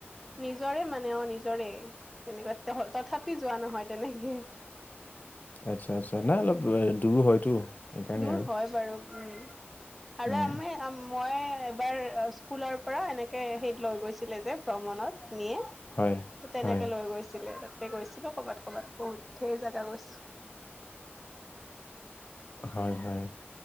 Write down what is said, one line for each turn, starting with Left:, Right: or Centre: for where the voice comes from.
Centre: নিজৰে মানে অ, নিজৰে তেনেকা তথাপি যোৱা নহয় তেনেকে
Left: আচ্ছা, আচ্ছা নাই অলপ দূৰো হয়তো। সেইকাৰণে
Centre: দূৰ
Left: আৰু
Centre: হয় বাৰু উম, আৰু
Left: উম
Centre: আমাৰ মই এবাৰ স্কুলৰ পৰা এনেকে হেইত লৈ গৈছিলে যে ভ্ৰমণত নিয়ে। ত,
Left: হয়
Centre: তেনেকে
Left: হয়
Centre: লৈ গৈছিলে তাতকে গৈছিলো কৰ'বাত, কৰ'বাত বহুত ঢেৰ জোগগা গৈছো।
Left: হয়, হয়